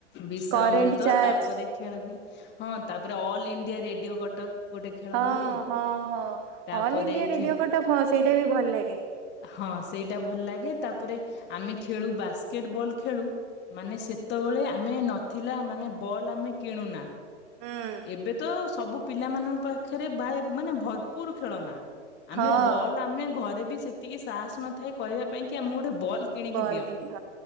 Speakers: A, on the left; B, on the right.
A: ବିଶ
B: କରେଣ୍ଟ
A: ଅମୃତ
B: ଚାର୍ଜ
A: ତାପରେ ଖେଳ ହୁଏ ହଁ ତାପରେ ଅଲ ଇଣ୍ଡିଆ ରେଡିଓ କଟକ ଗୋଟେ ଖେଳ
B: ହଁ
A: ହୁଏ।
B: ହଁ ହଁ
A: ତାପରେ
B: ଅଲ୍ ଇଣ୍ଡିଆ ରେଡିଓ
A: ଖେ
B: କଟା ସେଇଟା ବି ଭଲ ଲାଗେ
A: ହଁ ସେଇଟା ଭଲ ଲାଗେ ତାପରେ ଆମେ ଖେଳୁ ବାସ୍କେଟ ବଲ୍ ଖେଳୁ ମାନେ ସେତେବେଳେ ଆମେ ନଥିଲା ମାନେ ବଲ୍ ଆମେ କିଣୁନା
B: ହୁଁ
A: ଏବେ ତ ସବୁ ପିଲାମାନଙ୍କ ପାଖରେ ବା ମାନେ ଭରପୁର ଖେଳନା ଆମେ
B: ହଁ
A: ବଲ୍ ଆମେ ଘରେ ବି ସେତିକି ସାହସ ନଥାଏ କହିବା ପାଇଁ କି ଆମ ଗୋଟେ ବଲ୍ କିଣିକି
B: ବଲ
A: ଦିଅ
B: ଦିନ